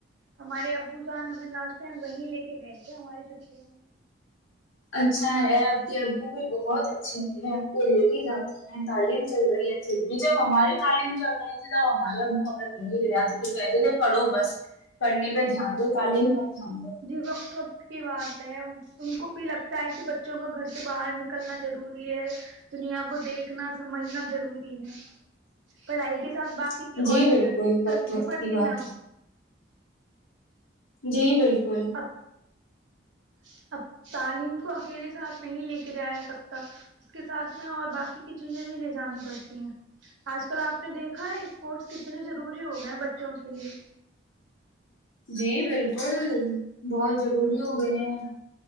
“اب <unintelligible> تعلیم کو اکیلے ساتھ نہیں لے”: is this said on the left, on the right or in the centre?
Right